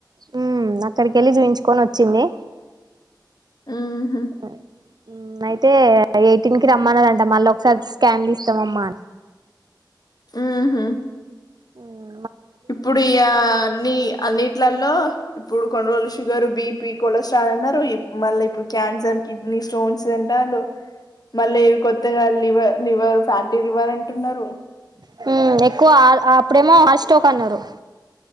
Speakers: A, on the right; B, on the left.
A: హు అక్కడికేళ్ళి చూయించుకొని ఓచ్చింది
B: మ్మ్
A: హు అయితే యైయిటీన్ కి రమ్మనదంట మళ్ళీ ఒకసారి స్కాన్ తీస్తాం అమ్మా అని
B: హుమ్మ్
A: హు
B: ఇప్పుడు ఇగా అన్ని అన్నిట్లల్లో ఇప్పుడు కొన్ని రోజులు షుగర్ బిపి బిపి కొలెస్ట్రాల్ అన్నారు మల్ల ఇప్పుడు క్యాన్సర్ కిడ్నీ స్టోన్స్ అంటాండ్రు మళ్ళీవి కొత్తగా లివర్ లివర్ ఫ్యాటీ లివర్ అంటున్నారు
A: హు ఎక్కువ ఆ ఆ ఇప్పుడేమో హాట్ స్టాక్ అన్నారు